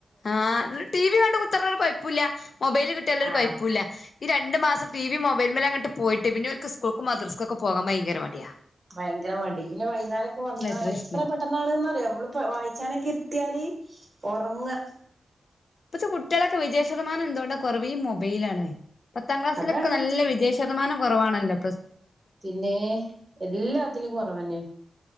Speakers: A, on the left; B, on the right.
A: ആഹ് ടീവി കണ്ട് കുത്താർന്ന ഒരു കൊയപ്പോല്ലാ മൊബൈൽ കിട്ടിയാലൊരു
B: ആഹ്
A: കൊയപ്പുല്ല ഈ രണ്ട് രണ്ട് മാസം ടി വി മൊബൈൽമലങ്ങാട്ട് പോയിട്ട് പിന്നോല്ക്ക് സ്കൂൾക്കും മദ്രസ്സക്കും ഒക്കെ പോവാൻ മടിയ
B: ഭയങ്കര മടി പിന്നെ വൈന്നരൊക്ക വന്നാ
A: പ്രശ്നം
B: എത്ര പെട്ടെന്നാണ്ന്ന്റിയോ നമ്മളി വായിച്ചാനൊക്കെ ഇരുത്തിയാല് ഒറങ്ങാ
A: പത്ത കുട്ട്യാളെക്കെ വിജയശത്തമനൊക്കെ ന്താ കൊറവ് ഈ മൊബൈലാണ് പത്താം ക്ലാസ്സിലൊക്കെ
B: അതാണ്
A: നല്ല വിജയശതമാനം കുറവാണല്ലോ
B: പിന്നേ എല്ലാത്തിലും കുറവന്നെ.